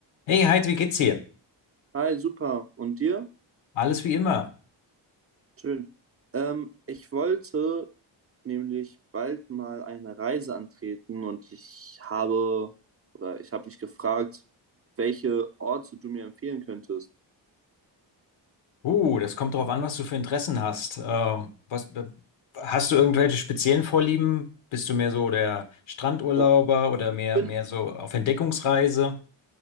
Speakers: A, on the left; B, on the right.
A: Hey Heid, wie geht's dir?
B: Hi, super. Und dir?
A: Alles wie immer.
B: Schön. Ähm, ich wollte nämlich bald mal eine Reise antreten und ich habe oder ich habe mich gefragt, welche Orte du mir empfehlen könntest.
A: Uh, das kommt drauf an, was du für Interessen hast. Ähm, was, äh, hast du irgendwelche speziellen Vorlieben? Bist du mehr so der Strandurlauber
B: Boah.
A: oder mehr,
B: Bin
A: mehr so auf Entdeckungsreise?